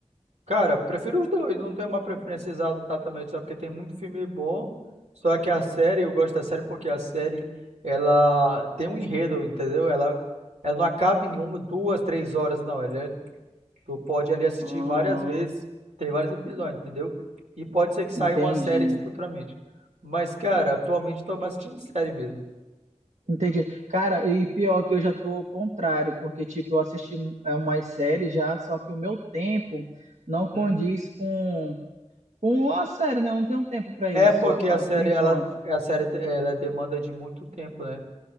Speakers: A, on the right (about 70°); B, on the right (about 80°).
A: Cara, prefiro os dois, não tenho uma preferência exa- exatamente, sabe? Porque tem muito filme bom, só que a série, eu gosto da série porque a série, ela tem um enredo, entendeu? Ela, ela não acaba em uma, duas, três horas, não. Ela, é- tu pode ali assistir
B: Aham,
A: várias vezes, tem vários episódios, entendeu? E pode ser que saia
B: entendi.
A: uma série futuramente. Mas, cara, atualmente eu tô mais assistindo série mesmo.
B: Entendi. Cara, e pior que eu já tô ao contrário, porque, tipo, eu assisti é, umas séries já, só que o meu tempo não condiz
A: Uhum.
B: com, com a série, né? Eu não tenho tempo para
A: É
B: isso,
A: porque
B: ah,
A: a série,
B: por enquanto.
A: ela, a série, ela demanda de muito tempo, né?